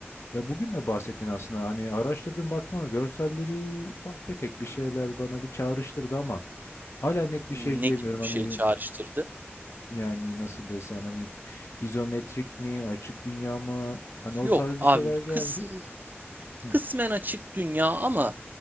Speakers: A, on the left (about 85°); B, on the right (about 45°).
A: ya, bugün de bahsettin aslında. Hani, araştırdım, baktım ama görselleri ufak tefek bir şeyler bana bir çağrıştırdı ama hala net bir
B: Ne
A: şey diyemiyorum.
B: gibi
A: Hani,
B: bir şey çağrıştırdı?
A: yani, nasıl desem, hani, izometrik mi, açık dünya mı? Hani, o
B: Yok
A: tarz bir
B: abi
A: şeyler geldi.
B: kısmen,
A: Hıh.
B: kısmen açık dünya ama